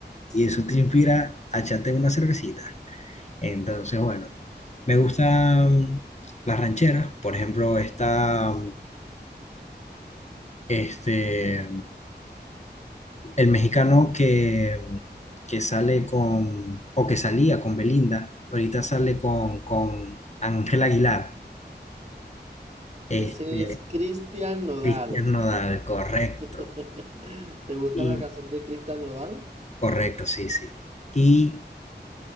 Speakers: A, on the left (about 40°); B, on the right (about 35°).
A: y eso te inspira a echarte una cervecita. Entonces, bueno, me gustan las rancheras, por ejemplo, está este, el mexicano que, mm, que sale con, o que salía con Belinda, ahorita sale con, con Ángel Aguilar, este,
B: Ese es Cristian Nodal.
A: Cristian Nodal, correcto,
B: <laughs> ¿Te gusta
A: y
B: la canción de Cristian Nodal?
A: correcto, sí, sí. Y